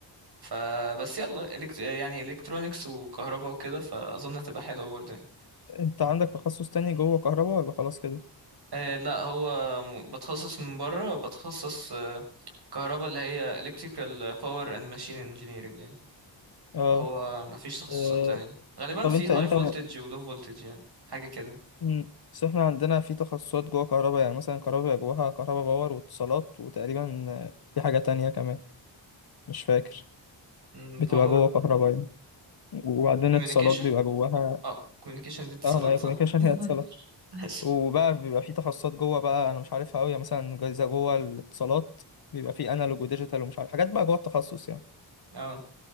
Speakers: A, on the right (about 55°); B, on the left (about 50°).
A: فبس يلا إلكت... يعني إلكترونيكس وكهرباء وكده فأظن هتبقى حلوة برضه يعني
B: انت عندك تخصص تاني جوه كهرباء ولا خلاص كده؟
A: آه، لا هو م- بتخصص من بره بتخصص آه، كهرباء اللي هي Electrical Power and Machine Engineering يعني
B: اه
A: هو مفيش تخصصات
B: آه،
A: تانية غالبا
B: طب
A: في
B: انت
A: High
B: انت
A: Voltage و Low Voltage يعني حاجة كده
B: مم، بس احنا عندنا في تخصصات جوه كهرباء يعني مثلا كهرباء بيبقى جواها كهرباء باور واتصالات وتقريبا آه، في حاجة تانية كمان مش فاكر
A: م،
B: بتبقى
A: Power
B: جوه كهرباء يعني وبعدين
A: كوميونيكيشن
B: اتصالات بيبقى جواها
A: اه كوميونيكيشن دي اتصالات
B: اه ما هي
A: صح
B: كوميونيكيشن
A: <laughs>
B: هي اتصالات
A: ماشي
B: وبقى بيبقى في تخصصات جوه بقى انا مش عارفها قوي يعني مثلا جايزه جوه الاتصالات بيبقى في انالوج وديجيتال ومش عارف حاجات بقى جوه التخصص يعني
A: اه